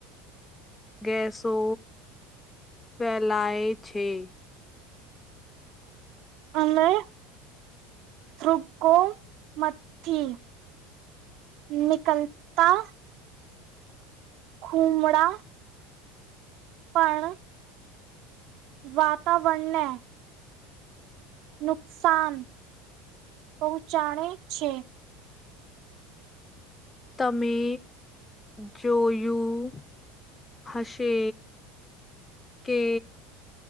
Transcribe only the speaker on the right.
હમણે થ્રુકો મથી નીકલતા ખુમડા પણ વાતાવણ ને નુકસાન પહોંચાડે છે.